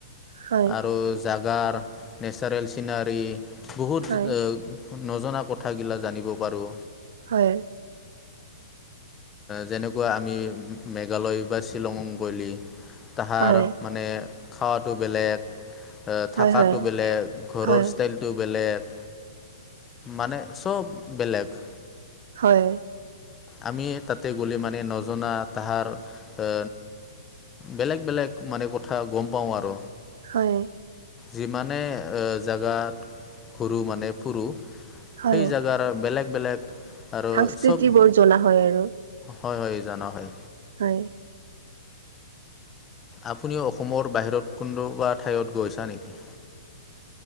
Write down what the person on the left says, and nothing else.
আৰু জাগাৰ নেচাৰেল চিনাৰী বহুত।
নজনা কথাগিলা জানিব পাৰো।
যেনেকুৱা আমি মেঘালয় বা শ্বিলং গৈ'লে। তাহাৰ
মানে খাৱাতটো বেলেগ। থাকটো
বেলেগ ঘৰৰ
ষ্টাইলটো বেলেগ মানে। চব বেলেগ।
আমি তাতে গ'লে মানে নজনা তাহাৰ এ। বেলেগ বেলেগ মানে কথা গম পাওঁ আৰু।
যিমানে জেগাত ঘুৰো মানে ফুৰো
সেই জেগাৰ বেলেগ বেলেগ আৰু
চ'ব।
হয়, হয় জানা হয়।
আপুনি অসমৰ বাহিৰত কোনোবা ঠাইত গৈছা নেকি?